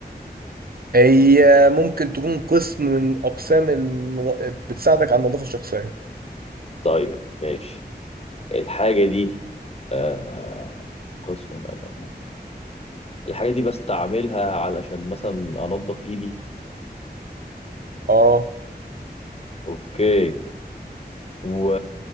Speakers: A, on the right; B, on the left.
A: هي ممكن تكون قسم من اقسام النظ... بتساعدك على النظافه الشخصيه
B: طيب ماشي الحاجة دي آه قسم أنه الحاجة دي بستعملها علشان مثلا أنضف إيدي
A: اه
B: أوكي و